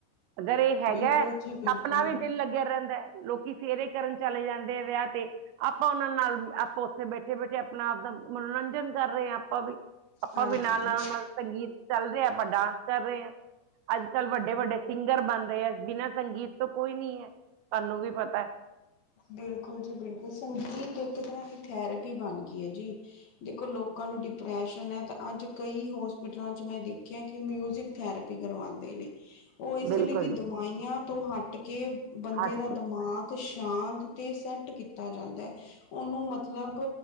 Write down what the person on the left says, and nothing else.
ਬਿਲਕੁਲ ਜੀ ਬਿਲਕੁਲ
ਹਾਂਜੀ।
ਬਿਲਕੁਲ ਜੀ ਬਿਲਕੁਲ, ਸੰਗੀਤ ਇੱਕ ਤਰ੍ਹਾਂ ਦੀ ਥੈਰੇਪੀ ਬਣ ਗਈ ਐ ਜੀ। ਦੇਖੋ ਲੋਕਾਂ ਨੂੰ ਡਿਪਰੈਸ਼ਨ ਐ, ਤਾਂ ਅੱਜ ਕਈ ਹੋਸਪਿਟਲਾਂ ਚ ਮੈਂ ਦੇਖਿਆ, ਕਿ ਮਿਊਜ਼ਿਕ ਥੈਰੇ ਪੀ ਕਰਵਾਂਦੇ ਨੇ। ਉਹ ਇਸ
ਲਈ ਕਿ
ਦਵਾਈਆਂ ਤੋਂ ਹੱਟ ਕੇ, ਬੰਦੇ
ਦਾ
ਦਮਾਕ ਸ਼ਾਂਤ ਤੇ ਸੈਟ ਕੀਤਾ ਜਾਂਦਾ ਐ, ਉਹਨੂੰ ਮਤਲਬ